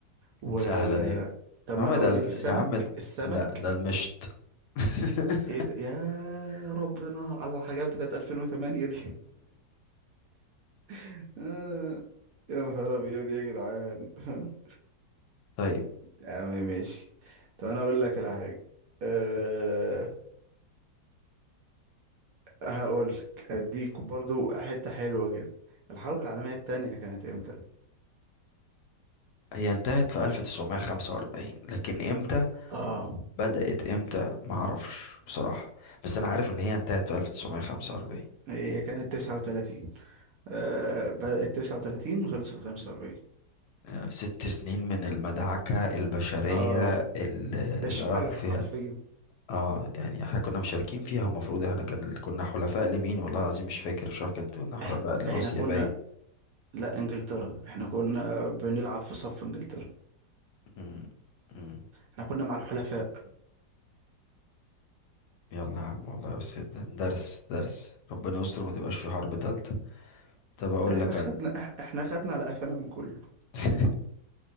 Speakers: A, on the right; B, on the left.
A: و
B: سهلة دي
A: طب
B: يا
A: ما
B: عم
A: انا
B: ده
A: اقول
B: ال-
A: لك السمك
B: يا عم ده-
A: السمك
B: لا ده المشط <laughs>
A: ايه ده يا ربنا على الحاجات بتاعت 2008 دي <laughs> آه، يا نهار ابيض يا جدعان <laughs>
B: طيب
A: يا عم ماشي طب انا اقول لك على حاجه أه... هقول لك اديك برضو حته حلوه كده الحرب العالميه التانية كانت امتى
B: هي انتهت في 1945 لكن امتى
A: اه
B: بدأت امتى ما اعرفش بصراحة بس انا عارف ان هي انتهت في 1945
A: هي كانت 39 أه... بدأت 39 وخلصت 45
B: يعني ست سنين من المدعكة البشرية
A: اه
B: اللي
A: ده
B: اللي
A: شمالها
B: راح فيها
A: حرفيا
B: اه يعني احنا كنا مشاركين فيها المفروض احنا كان كنا حلفاء لمين والله العظيم مش فاكر مش عارف كانت كنا حلفاء
A: احنا
B: لروسيا
A: احنا كنا
B: باين
A: لا انجلترا احنا كنا بنلعب في صف انجلترا
B: مم. مم.
A: احنا كنا مع الحلفاء
B: يلا يا عم والله بس ده- درس درس ربنا يستر وما تبقاش في حرب تالتة طب اقول
A: احنا
B: لك
A: خدنا
B: انا
A: إح- احنا خدنا على قفانا من كله
B: <laughs>